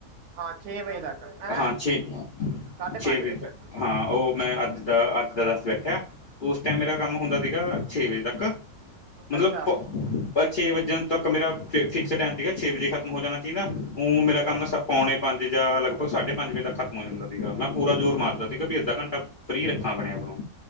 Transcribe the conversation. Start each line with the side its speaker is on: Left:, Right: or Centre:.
Right: ਹਾਂ ਵਜੇ ਤੱਕ ਐ
Left: ਹਾਂ ਛੇ
Right: ਸਾਢੇ
Left: ਛੇ
Right: ਪੰਜ
Left: ਵਜੇ
Right: ਵਜ਼ੇ ਤੱਕ।
Left: ਹਾਂ, ਉਹ ਮੈਂ ਅੱਜ ਦਾ ਅੱਜ ਦਾ ਦੱਸ ਬੈਠਿਆ। ਉਸ ਟਾਇਮ ਮੇਰਾ
Right: ਹੂੰ,
Left: ਕੰਮ ਹੁੰਦਾ ਸੀਗਾ, ਛੇ ਵਜੇ ਤੱਕ ਮਤਲਬ
Right: ਅੱਛਾ
Left: ਪ ਬਹ ਛੇ ਵੱਜਣ ਤੱਕ ਮੇਰਾ ਫ ਫਿਕਸ ਟਾਇਮ ਸੀਗਾ, ਛੇ ਵਜ਼ੇ ਖਤਮ ਹੋ ਜਾਣਾਂ ਚਾਹੀਂਦਾ। ਓ
Right: ਹੂੰ,
Left: ਮੇਰਾ ਕੰਮ ਸਭ ਪਉਣੇ ਪੰਜ ਜਾਂ ਲਗਭਗ ਸਾਢੇ ਪੰਜ ਵਜੇ ਤੱਕ ਖ਼ਤਮ ਹੋ ਜਾਂਦਾ ਸੀਗਾ। ਮੈਂ ਪੂਰਾ ਜ਼ੋਰ ਮਾਰਦਾ ਸੀਗਾ ਬੀ ਅੱਧਾ ਘੰਟਾ ਫਰੀ ਰੱਖਾ ਆਪਣੇਂ ਆਪ ਨੂੰ।